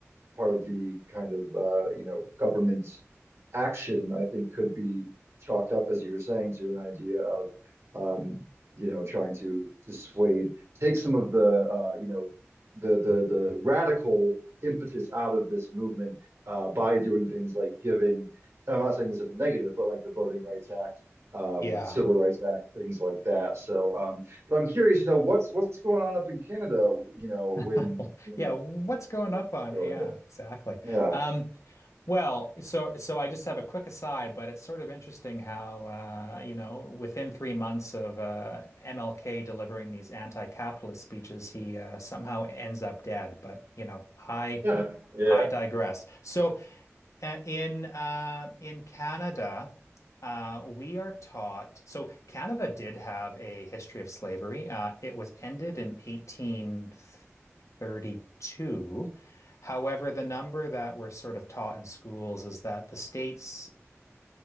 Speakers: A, on the right; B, on the left.
A: part of the kind of uh, you know government action, I think, could be chalked up, as you were saying, to an idea of um, you know trying to dissuade, take some of the uh, you know the the the radical impetus out of this movement uh, by doing things like giving. And I'm not saying this is a negative, but like the Voting Rights Act, um,
B: Yeah.
A: Civil Rights Act, things like that. So, um, but I'm curious, you know, what's what's going on up in Canada, you know,
B: <laughs>
A: when when
B: Yeah, what's going
A: this
B: up
A: is
B: on?
A: going
B: Yeah,
A: down.
B: exactly.
A: Yeah.
B: Um, well, so so I just have a quick aside, but it's sort of interesting how uh, you know, within three months of uh, MLK delivering these anti-capitalist speeches, he uh, somehow ends up dead. But you know, I
A: <laughs> Yeah.
B: I digress. So uh, in uh, in Canada, uh, we are taught. So Canada did have a history of slavery. Uh, it was ended in 1832. However, the number that we're sort of taught in schools is that the states